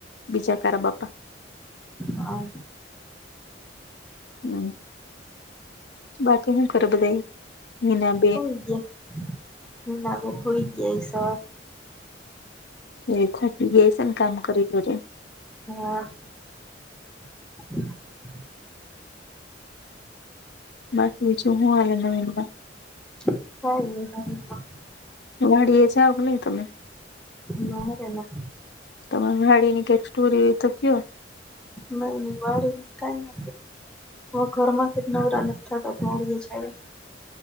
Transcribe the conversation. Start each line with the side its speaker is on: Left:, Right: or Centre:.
Left: બીજા કારા બાપા
Centre: આવ
Left: હમ બાકી હું કરૉ બધાય મીનામ
Centre: હોઈ ગયા હ નાવે હોય ગયા એ સવા
Left: એ થાકી ગઈ છે કામ કરી કરીને
Centre: હા હ
Left: બાકી બીજું હું આવે નવીન માં
Centre: સઈ
Left: વાડી એ જાવ કે નહી તમે
Centre: ના રે ના
Left: તમારી વાડીની કઇક સ્ટોરી હોય તો કયો
Centre: મારી વાડીની કાઇ નથી હ ઘર માંથી નવરા નથી થતા તો વાડી એ જાય